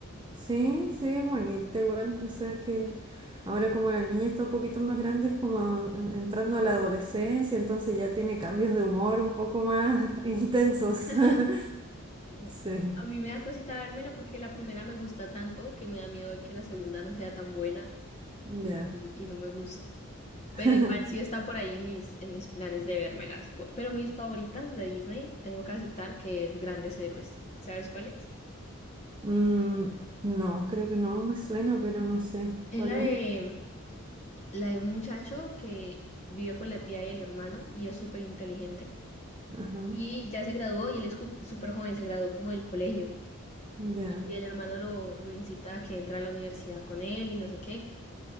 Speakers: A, on the right; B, on the left.
A: Sí, sí, es bonita igual. O sea que ahora como la niña está un poquito más grande, es como en- entrando a la adolescencia, entonces ya tiene cambios de humor un poco más <laughs> intensos.
B: <laughs>
A: <laughs>
B: Y-
A: Sí,
B: A mí me da cosita vérmela porque la primera me gusta tanto que me da miedo de que la segunda no sea tan buena
A: ya.
B: y, y y no me guste.
A: <laughs>
B: Pero igual sí está por ahí en mis, en mis planes de vérmelas. Po- Pero mis favoritas de Disney, tengo que aceptar que es Grandes Héroes. ¿Sabes cuál es?
A: Mm, no, creo que no me suena, pero no sé
B: Es
A: cuál
B: la Ok.
A: es.
B: de, la de un muchacho que vive con la tía y el hermano y es súper inteligente.
A: Ajá,
B: Y ya se graduó y él es ju- súper joven, se graduó como del colegio.
A: ya.
B: Y el hermano lo, lo incita a que entre a la universidad con él y no sé qué.